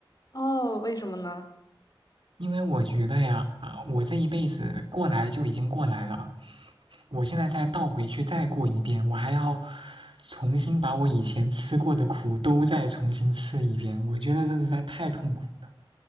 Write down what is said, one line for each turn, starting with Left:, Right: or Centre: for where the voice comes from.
Left: 哦，为什么呢？
Right: 因为我觉得呀，啊我这一辈子过来就已经过来了，我现在再倒回去再过一遍，我还要重新把我以前吃过的苦都再重新吃一遍，我觉得这实在太痛苦了。